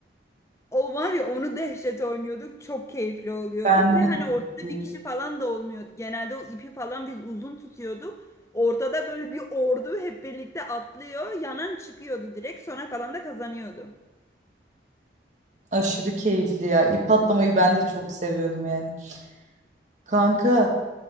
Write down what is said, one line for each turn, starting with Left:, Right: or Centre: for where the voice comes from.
Left: O var ya onu dehşet oynuyorduk. Çok keyifli oluyordu
Right: Ben de
Left: ve hani ortada
Right: çok iyi.
Left: bir kişi falan da olmuyordu. Genelde o ipi falan biz uzun tutuyorduk. Ortada böyle bir ordu hep birlikte atlıyor. Yanan çıkıyordu direkt. Sona kalan da kazanıyordu.
Right: Aşırı keyifli ya. İp atlamayı ben de çok seviyordum yani. Kanka